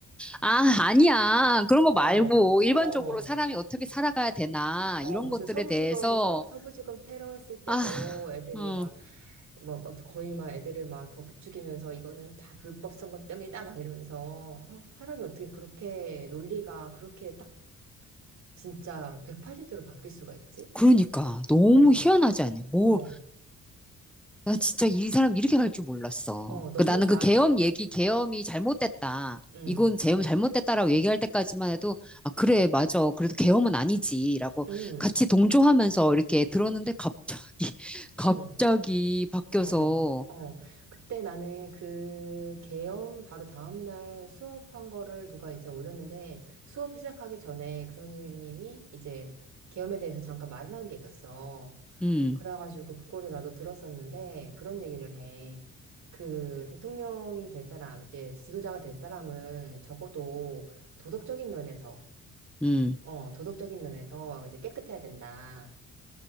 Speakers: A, in the centre; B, on the right.
A: 아, 아니야. 그런
B: <laughs>
A: 거
B: 어,
A: 말고 일반적으로
B: 어,
A: 사람이 어떻게 살아가야 되나,
B: 어,
A: 이런
B: 무슨
A: 것들에
B: 서부지검,
A: 대해서,
B: 서, 서부지검 테러 했을 때도
A: 아,
B: 애들이
A: 음,
B: 막, 뭐, 막 거의 막 애들을 막 더 부추기면서 이거는 다 불법 선거 때문이다 막 이러면서 어, 사람이 어떻게 그렇게 논리가 그렇게 딱 진짜 180도로 바뀔 수가 있지?
A: 그러니까. 너무
B: 어,
A: 희한하지 않냐. 뭐,
B: 어,
A: 나 진짜 이 사람 이렇게 갈 줄 몰랐어.
B: 어, 너무
A: 그 나는
B: 마,
A: 그 계엄 얘기, 계엄이 잘못됐다.
B: 음,
A: 이건 계엄 잘못됐다라고 얘기할 때까지만 해도 아 그래 맞아. 그래도 계엄은 아니지라고
B: 음,
A: 같이 동조하면서 이렇게 들었는데 갑자기 <laughs> 갑자기
B: 어,
A: 바뀌어서
B: 어, 어. 그때 나는 그 계엄 바로 다음날 수업한 거를 누가 이제 올렸는데 수업 시작하기 전에 그 선생님이 이제 계엄에 대해서 잠깐 말을 한 게 있었어.
A: 음,
B: 그래가지고 그거를 나도 들었었는데 그런 얘기를 해. 그 대통령이 될 사람, 이제 지도자가 될 사람은 적어도 도덕적인 면에서,
A: 음,
B: 어, 도덕적인 면에서 이제 깨끗해야 된다.